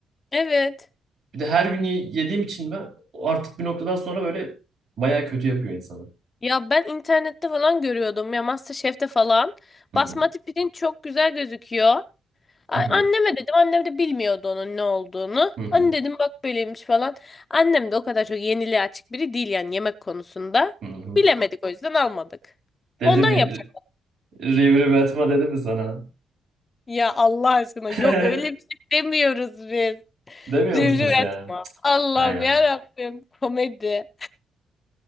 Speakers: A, on the left; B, on the right.
A: Evet.
B: Bir de her gün y- yediğim için ben artık bir noktadan sonra böyle baya kötü yapıyor insanı.
A: Ya ben internette falan görüyordum ya MasterChef'te falan.
B: Hı hı,
A: Basmati pirinç çok güzel gözüküyor. A-
B: hı hı,
A: Anneme dedim. Annem de bilmiyordu onun ne olduğunu.
B: hı hı,
A: Anne dedim bak böyleymiş falan. Annem de o kadar çok yeniliğe açık biri değil yani yemek konusunda.
B: hı hı.
A: Bilemedik o yüzden almadık.
B: Dedi
A: Ondan
B: mi?
A: yapacak.
B: Rivri Batma dedi mi sana?
A: Ya Allah aşkına
B: <laughs>
A: yok öyle bir şey demiyoruz biz.
B: Demiyor
A: Rivriv
B: musunuz ya?
A: etme. Allah'ım
B: Hay Allah.
A: ya Rabbim komedi.